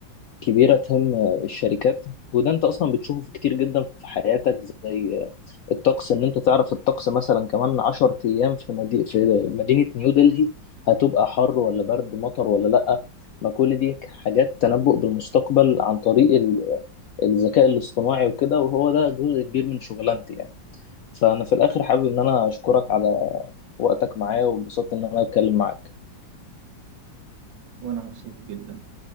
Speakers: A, on the left; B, on the right.
A: كبيرة تهم الشركات وده انت اصلا بتشوفه في كتير جدا في حياتك زي الطقس ان انت تعرف الطقس مثلا كمان 10 ايام في مدي... في مدينة نيو دلهي هتبقى حر ولا برد مطر ولا لأ ما كل دي حاجات تنبؤ بالمستقبل عن طريق ال- الذكاء الاصطناعي وكده وهو ده جزء كبير من شغلانتي يعني فأنا في الآخر حابب إن أنا أشكرك على وقتك معايا واتبسطت إن أنا أتكلم معاك
B: وأنا مبسوط جدا